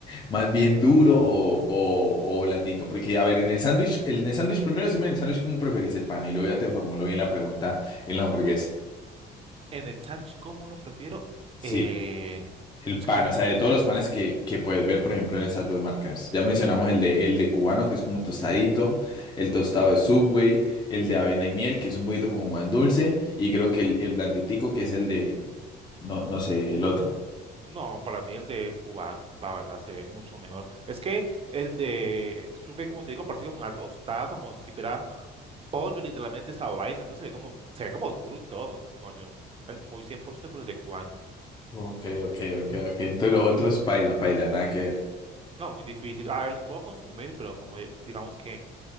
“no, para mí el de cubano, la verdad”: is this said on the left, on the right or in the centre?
Right